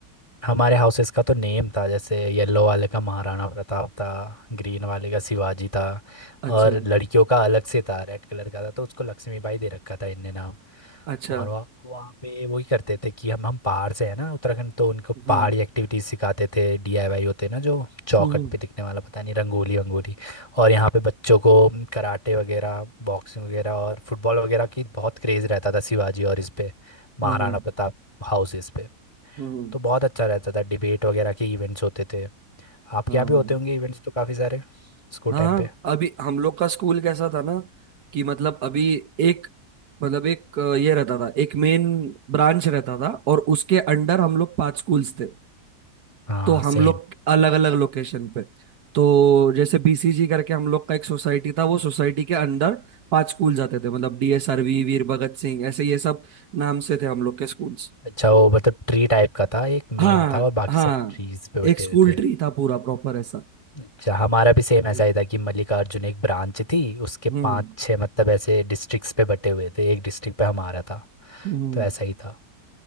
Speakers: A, on the left (about 20°); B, on the right (about 65°).
A: हमारे हाउसेस का तो नेम था जैसे येलो वाले का महाराणा प्रताप था ग्रीन वाले का शिवाजी था
B: अच्छा
A: और लड़कियों का अलग से था रेड कलर का था तो उसको लक्ष्मीबाई दे रखा था इनने नाम
B: अच्छा
A: और वहाँ वहाँ पे वही करते थे कि हम हम पहाड़ से है ना उत्तराखंड तो उनको
B: हम्म
A: पहाड़ी एक्टिविटीज सिखाते थे डीआईवाई होते हैं ना जो चौखट
B: हम्म हम्म,
A: पे दिखने वाला पता नहीं रंगोली वंगोली और यहाँ पे बच्चों को कराटे वगैरह बॉक्सिंग वगैरह और फुटबॉल वगैरह की बहुत क्रेज रहता था शिवाजी और इस पे महाराणा
B: हाँ हाँ
A: प्रताप हाउसेस पे
B: हम्म
A: तो बहुत अच्छा रहता था डिबेट वगैरह के इवेंट्स होते थे आपके
B: हाँ
A: यहाँ भी
B: हाँ
A: होते होंगे इवेंट्स तो काफ़ी सारे स्कूल
B: हाँ
A: टाइम
B: हाँ,
A: पे
B: अभी हम लोग का स्कूल कैसा था ना कि मतलब अभी एक मतलब एक अ, ये रहता था एक मेन ब्रांच रहता था और उसके अंडर हम लोग पांच स्कूल्स थे
A: हाँ
B: तो हम
A: सेम
B: लोग अलग अलग लोकेशन पे तो जैसे बीसीजी करके हम लोग का एक सोसाइटी था वो सोसाइटी के अंडर पांच स्कूल जाते थे मतलब डीएसआरवी वीर भगत सिंह ऐसे ये सब नाम से थे हम लोग के स्कूल्स
A: अच्छा वो मतलब ट्री टाइप का था एक
B: हाँ
A: मेन था और बाकी
B: हाँ
A: सब ट्रीज पे बैठे
B: एक स्कूल
A: हुए थे
B: ट्री था पूरा प्रॉपर ऐसा
A: अच्छा हमारा भी सेम ऐसा
B: हम्म
A: ही था कि मल्लिकार्जुन एक ब्रांच थी उसके
B: हम्म
A: पांच छह मतलब ऐसे डिस्ट्रिक्ट्स पे बटे हुए थे एक डिस्ट्रिक्ट पे हमारा था
B: हम्म।
A: तो ऐसा ही था